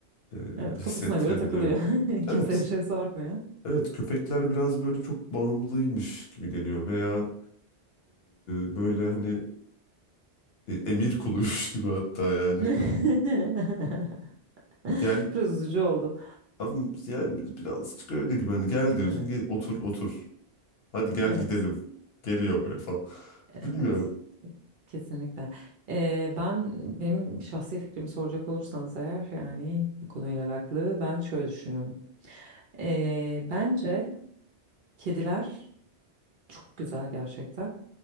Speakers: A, on the left; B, on the right.
A: e,
B: Evet
A: hissettirebiliyor.
B: kafasına göre takılıyor. <laughs>
A: Evet,
B: Kimse bir şey sormuyor.
A: evet köpekler biraz böyle çok bağımlıymış gibi geliyor veya e, böyle hani e, emir kuluymuş <laughs> gibi hatta yani.
B: <laughs>
A: Gel
B: Biraz üzücü oldu.
A: Abi yani biz birazcık öyle gibi hani gel diyorsun
B: Evet
A: gel otur otur. Hadi gel
B: evet
A: gidelim. Geliyor böyle falan. <laughs>
B: evet.
A: Bilmiyorum.
B: Kesinlikle. Ee, ben benim şahsi fikrimi soracak olursanız eğer yani bu konuyla alakalı ben şöyle düşünüyorum. Ee, bence kediler Çok güzel gerçekten.